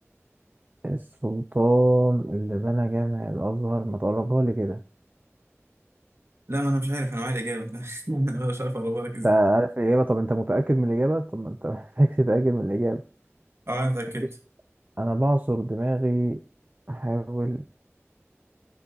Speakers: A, on the right; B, on the right.
A: السلطان اللي بنى جامع الازهر ما تقربها لي كده
B: لا ما أنا مش عارف أنا معايا الإجابة <laughs> أنا مش عارف أقربها لك إزاي
A: انت عارف الإجابة طب أنت متأكد من الإجابة؟ طب ما أنت <laughs> محتاج تتأكد من الإجابة
B: اه أنا اتأكدت
A: بص أنا بعصر دماغي أحاول